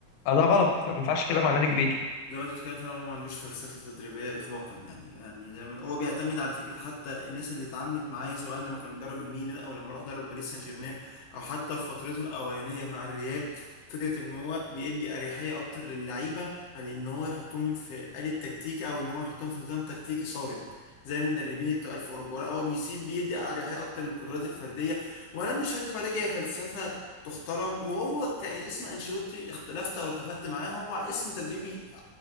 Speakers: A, on the left (about 80°); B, on the left (about 70°).
A: آه، ده غلط ما ينفعش كده مع نادي كبير
B: زي ما انت بتتكلم فعلا هو ما عندوش فلسفة تدريبية إطلاقا يعني يعني زي ما هو بيعتمد على فكرة حتى الناس اللي اتعاملت معايا سواء لما كان بيدرب الميلان أو لما راح درب باريس سان جيرمان أو حتى في فترته الأولانية مع الريال فكرة إن هو بيدي أريحية أكتر للعيبة على إن هو يحطهم في آلة تكتيكي أو إن هو يحطهم في نظام تكتيكي صارم زي المدربين التقال في أوروبا لا هو بيسيب بيدي أريحية أكتر للقدرات الفردية وأنا مش هكدب عليك هي فلسفة تحترم وهو كان اسم انشيلوتي اختلفت او اتفقت معاه هو اسم تدريبي ع-